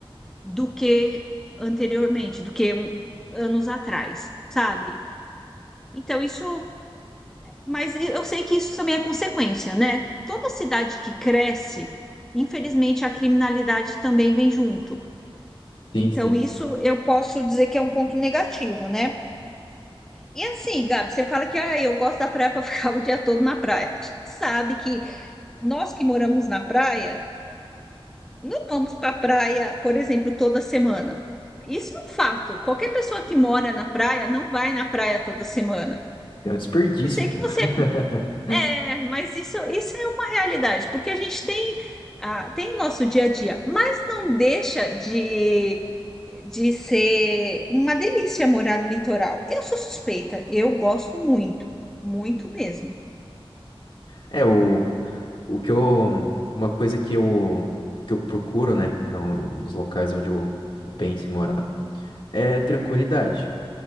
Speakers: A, in the centre; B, on the left.
A: do que anteriormente, do que um- anos atrás, sabe? Então, isso Mas eu eu sei que isso também é consequência, né? Toda cidade que cresce, infelizmente, a criminalidade também vem junto. Então,
B: Sim, sim.
A: isso eu posso dizer que é um ponto negativo, né? E assim, Gabi, você fala que ah, eu gosto da praia para <laughs> ficar o dia todo na praia. A gente sabe que nós que moramos na praia, não vamos para a praia, por exemplo, toda semana. Isso é um fato. Qualquer pessoa que mora na praia não vai na praia toda semana.
B: É um desperdício,
A: A não ser
B: pô.
A: que você
B: <laughs>
A: É, mas isso, isso é uma realidade, porque a gente tem, ah, tem o nosso dia a dia, mas não deixa de, de ser uma delícia morar no litoral. Eu sou suspeita, eu gosto muito, muito mesmo.
B: É o O que eu, uma coisa que eu, que eu procuro, né, no- nos locais onde eu, eu penso em morar, é tranquilidade.